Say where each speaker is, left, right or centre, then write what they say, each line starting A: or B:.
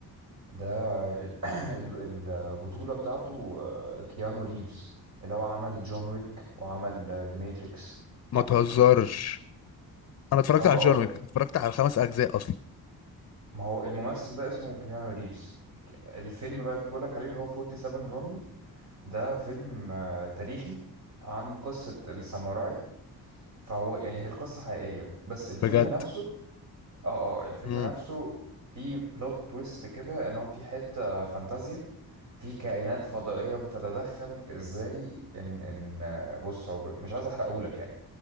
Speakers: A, on the right (about 50°); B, on the left (about 45°).
A: ده ال- <coughs> <clears throat> ال- البطوله بتاعته آه، كيانو ريفز اللي هو عمل جون ويك وعمل ذا ماتريكس عارفه
B: ما تهزرش انا اتفرجت
A: اه
B: على جون
A: اه
B: ويك اتفرجت على الخمس اجزاء اصلا
A: ما هو الممثل ده اسمه كيانو ريفز الفيلم بقى اللي بقولك عليه اللي هو 47 رون ده فيلم آه، تاريخي عن قصة الساموراي فهو يعني هي القصة حقيقية بس الفيلم
B: بجد
A: نفسه اه اه الفيلم
B: امم
A: نفسه فيه بلوت تويست كده ان هو في حتة فانتازيا في كائنات فضائية بتتدخل في ازاي ان ان آه، بص هو ب- مش عايز احرقهولك يعني